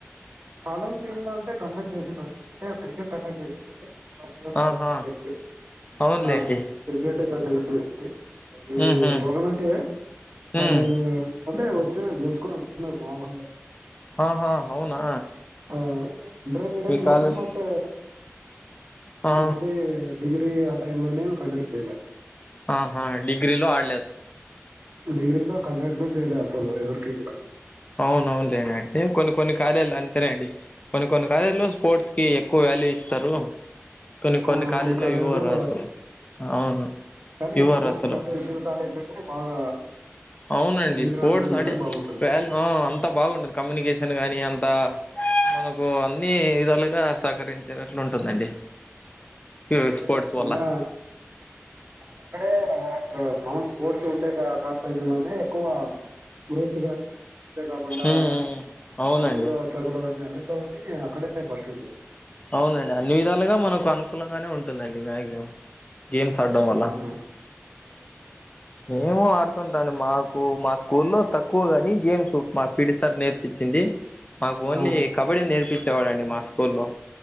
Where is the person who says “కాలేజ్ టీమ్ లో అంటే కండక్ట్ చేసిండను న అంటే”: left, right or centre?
Right